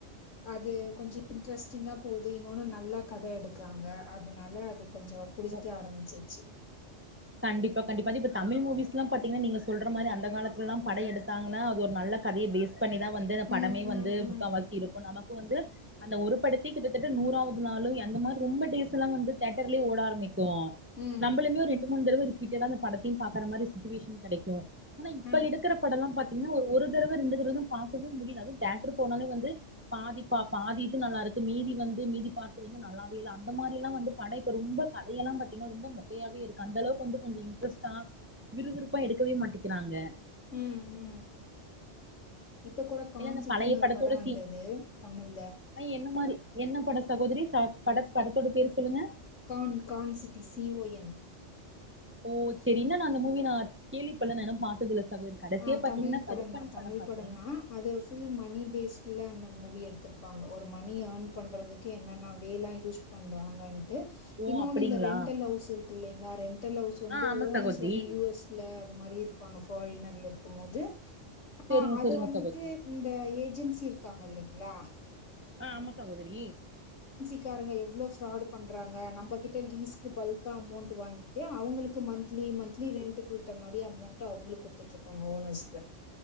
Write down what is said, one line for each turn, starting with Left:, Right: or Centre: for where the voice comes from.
Left: அது கொஞ்சோ இன்ட்ரெஸ்ட்டிங்கா போது இன்னொனு நல்லா கத எடுக்கறாங்க அதனால அது கொஞ்சோ புடிக்க
Right: ஓ
Left: ஆரம்பிச்சிருச்சு
Right: கண்டிப்பா கண்டிப்பா இது இப்ப தமிழ் மூவிஸ்ல்லாம் பாத்தீங்கன்னா நீங்க சொல்ற மாரி அந்த காலத்துலல்லாம் படோ எடுத்தாங்கனா அது ஒரு நல் கதய பேஸ் பண்ணிதா வந்து அந்த படமே
Left: ம்,
Right: வந்து
Left: ம், ம்.
Right: முக்காவாசிருக்கு நம க்கு வந்து அந்த ஒரு படத்தயே கிட்டத்தட்ட நூறாவது நாளோ அந்த மாரி ரொம்ப டேஸ்ல்லா வந்து தியோட்டர்லயே ஓட ஆரம்பிக்கும் க்கு
Left: ம்.
Right: நம்பளுமே ஒரு ரெண்டு மூணு தடவ ரிப்பீட்டடா அந்த படத்தையு பாக்கற மாரி சிட்டுவேஷன் கெடைக்கு ஆனா இப்ப
Left: அ.
Right: எடுக்கிற படல்லா பா இன்னு ஒ ஒரு தரவ ரெண்டு தரவதா பாக்கவே முடியுது அதுவு தேட்டரு போனாலே வந்து பாதி பா பாதி இது நல்லாரு க்கு மீதி வந்து மீதி பார்ட்டு வந்து நல்லாவே இல்ல அந்த மாரிலா வந்து பட இப்ப ரொம்ப கதையெல்லா பாத்தீங்னா ரொம்ப மொக்கையாவே இருக் அந்தளவுக்கு வந்து கொஞ்ச இன்ட்ரெஸ்ட்டா விறுவிறுப்பா எடுக்கவே மாட்டிக்கிறாங்க
Left: ம் ம் இப்பக் கூட கான்சிட்டினு
Right: இல்ல அந்த பழைய
Left: ஒரு
Right: படத்தோட
Left: பட வந்தது
Right: சீ
Left: தமிழ்ல
Right: அ என்ன மாரி என்ன பட சகோதரி சா பட படத்தோட பேரு சொல்லுங்க
Left: கான் கான் city C O N
Right: O செரி இன்னு நா அந்த மூவி நா கேள்விப்பட்ல நா இன்னு பாத்ததில்ல சகோதரி கடைசியா
Left: ஆ
Right: பாத்தீங்கன்னா
Left: தமிழ் படந்தா
Right: கருப்பன்
Left: தமிழ்
Right: படம் பாத்தே
Left: படந்தா அது ஃபுல் மணி பேஸ்ட்ல அந்த மூவி எடுத்துருப் ப்பாங்க ஒரு மணி ஏர்ன் பண்றதுக்கு என்னென்ன வேலா யூஸ் பண்றாங்கன் ட்டு
Right: ஓ
Left: இன்னோனு
Right: அப்டிங்களா
Left: இந்த ரெண்டல் ஹவுஸ் இருக்கு இல்லைங்ளா ரெண் டல் ஹவுஸ் வந்து
Right: ஆ ஆமா
Left: ஓனர்ஸ்
Right: சகோதரி
Left: வந்து யு எஸ்‌ ல அது மாரி இருப்பாங்க ஃபாரினர்ல இருக்குமோது
Right: சேரிங்க
Left: ஆ அது
Right: சேரிங்க
Left: வந்துட்டு
Right: சகோதரி
Left: இந்த ஏஜென்சி இருக்காங்க இல்லைங்ளா
Right: ஆ ஆமா சகோதரி
Left: ட்காரங்க எவ்ளோ ஃப்ராடு பண்றாங்க நம்பகிட்ட லீஸ்க்கு பல்க்கா அமௌண்ட்டு வாங்கிட்டு அவ்ங்களுக்கு மந்த்லி ஏ மந்த்லி ரென்ட்டுக்கு விட்ட மாரி அமௌண்ட்ட அவ்ங்களுக்கு குட்த்துட்ருப்பாங்க ஓனர்ஸ்க்கு